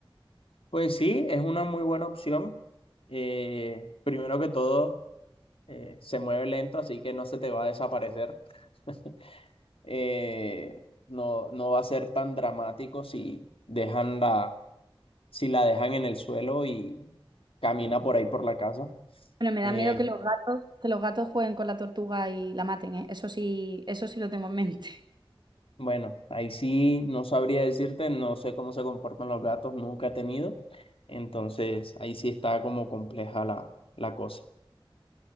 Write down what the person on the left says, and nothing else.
Pues sí, es una muy buena opción. Eh, primero que todo, eh, se mueve lento, así que no se te va a desaparecer. <laughs> Eh, no, no va a ser tan dramático si dejan la, si la dejan en el suelo y camina por ahí por la casa.
Eh,
bueno, ahí sí no sabría decirte, no sé cómo se comportan los gatos, nunca he tenido. Entonces, ahí sí está como compleja la, la cosa.